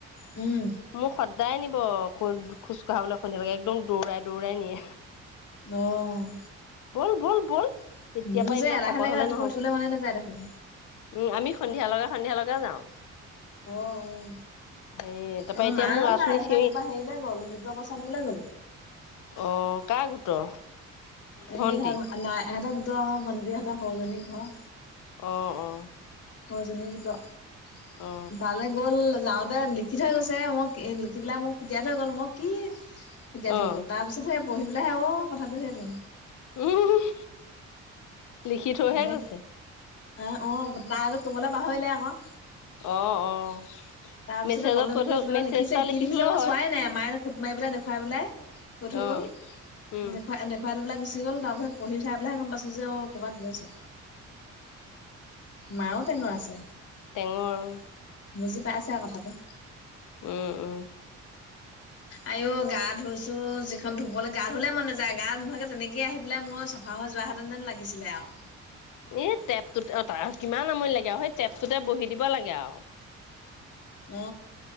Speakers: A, on the left (about 50°); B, on the left (about 80°).
A: উম',
B: মোক সদায় নিব খো- খোজ কঢ়াবলৈ <unintelligible> লাগে' একদম দৌৰাই দৌৰাই নিয়ে।
A: অ',
B: বল বল বল এতিয়াৰ
A: মোৰ
B: পৰা
A: যে
B: ইমান
A: এলাহে
B: শকত
A: লাগে
B: হলে
A: ৰাতিপুৱা
B: নহ'ব।
A: উঠিবলৈ মনে নাযায় দেখোন
B: উম', আমি সন্ধিয়া লগা সন্ধিয়া লগা যাওঁ।
A: অ অ
B: হেই তাৰপৰা
A: আমাৰ
B: এতিয়া
A: মাও
B: মোক <unintelligible>
A: নাই এইফালে ক'ৰবা হেৰিলে গ'ল, গোটৰ পইছা দিবলে গ'ল।
B: অ', কাৰ গোটৰ?
A: <unintelligible>
B: ভন্টি
A: নাই ইহঁত গোটৰ আমাৰ ভণ্টিৰ হতঁৰ সৰুজনী ঘৰ
B: অ', অ',
A: সৰু জনী গোটৰ
B: অ
A: তাত গ'ল যাওঁতে লিখি থৈ গৈছে, মই লিখি পেলাই মোক ফুটিয়াই থৈ গ'ল মই কি <unintelligible> থৈ
B: অ
A: গ'ল, তাৰ পিছত হে পঢ়ি পেলাই অ' কথাটো সেইটো।
B: উম', লিখি থৈহে
A: অ',
B: গৈছে
A: অ' তাৰ আগত কবলৈ পাহৰিলে আকৌ।
B: অ', অ',
A: তাৰপিছতে
B: মেছেজত
A: তলে
B: কৈ
A: মোক
B: থৈ
A: কৰি কিবা এটা
B: মেছেজ
A: লিখিছে, কি
B: লিখি
A: লিখিছে
B: থলেও
A: মই
B: হয়
A: চোৱাই নাই মায়ে ফটো মাৰি পেলাই দেখুৱাই পেলাই কৈ থই
B: অ
A: গ'ল,
B: উম
A: এনেকোৱা এনেকোৱা খুয়াই থই পেলে গুচি গ'ল, তাৰ পিছত পঢ়ি চাই পেলাইহে গম পাইছো যে অ' ক'ৰবাত গৈছে। মাও টেঙৰ আছে।
B: টেঙৰ উম',।
A: বুজি পাইছে আৰু কথাটো।
B: উম উম।
A: আইঔ গা ধুইছোঁ যিখন ধুবলৈ গা ধুললে মন নাযায় গা নুধোৱাকে তেনেকে আহি পেলাই মই চা ভা হৈ যোৱা হেতেন লাগিছিলে আৰু
B: এই টেপটোত কিমান আমনি লাগে আৰু সেই টেপটোতে বহি দিব লাগে আৰু।
A: অ